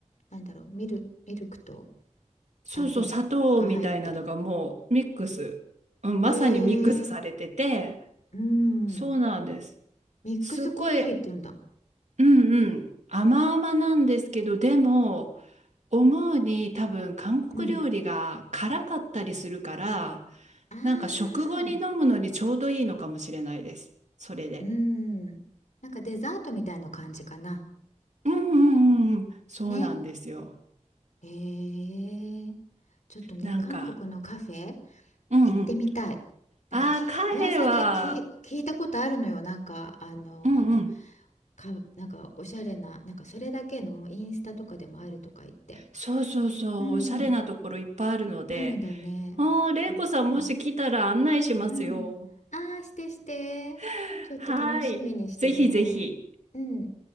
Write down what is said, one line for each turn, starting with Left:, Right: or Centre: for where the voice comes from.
Left: なんだろうミル、ミルクと
Right: そうそう、
Left: 砂糖が入ってる
Right: 砂糖みたいなのがもうミックス、うん、まさにミックスされてて、
Left: へえうん
Right: そうなんです。
Left: ミックスコーヒーって言うんだ
Right: すっごい、うんうん、甘々なんですけど、でも、思うに多分韓国料理が辛かったりするから、
Left: うんああー
Right: なんか食後に飲むのにちょうどいいのかもしれないです。それで。
Left: うん。なんかデザートみたいな感じかな。
Right: うんうんうんうん、そうなんですよ。
Left: ね。へえ。ちょっとね、
Right: なんか、
Left: 韓国のカフェ
Right: うんうん。
Left: 行ってみたい。なんかき、
Right: ああ、カフェは、
Left: 噂でき、聞いたことあるのよ。なんか、あの
Right: うんうん。
Left: ーか、なんかおしゃれな、なんかそれだけのインスタとかでもあるとか言って。
Right: そうそうそう、
Left: うん。
Right: おしゃれなところいっぱいあるので、
Left: いっぱいあるんだよね。
Right: ああ、玲子さんもし来たら案内しますよ。
Left: ちょっと。うん。ああ、してして。
Right: <laughs>
Left: ちょっと楽しみにしてるね。
Right: はい。ぜひぜひ。
Left: うん。